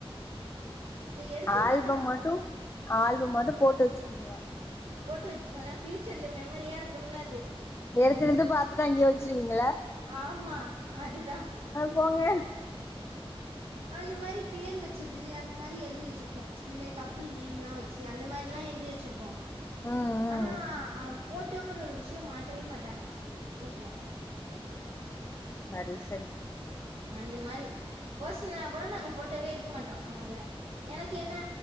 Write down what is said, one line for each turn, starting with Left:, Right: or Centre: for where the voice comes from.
Right: எடுத்து
Left: ஆல்பம்
Right: மாட்ட மாட்டோ
Left: மட்டு ஆல்பம் மட்டு போட்டு வச்சுப்பீங்க
Right: ஃபோட்டு வெச்சுபோ எல்லா ஃப்யூச்சர்ல மெமரியா இருக்கும்ல அது
Left: எடுத்தெடுத்து பாத்துட்டு அங்கயே வச்சிருவீங்ள
Right: ஆமா அதுதா
Left: போங்க
Right: அந்த மாரி பேர் வச்சது அந்த மாரி எழுதி வச்சிர்ப்போ இந்த மாரி கப்பில் நேம்லா வச்சி அந்த மாரிலா எழுதி வச்சிர்ப்போ
Left: ம் ம்
Right: ஆனா அ போட் டோங்கற ஒரு விஷயம் மாட்டவே மாட்டாங்க வீட்ல
Left: சரி சரி
Right: அந்த மாரி பர்சனலா கூட நாங்க ஃபோட்டோவே எடுக்க மாட்டோ அவங்க கூட எனக்கு ஏனா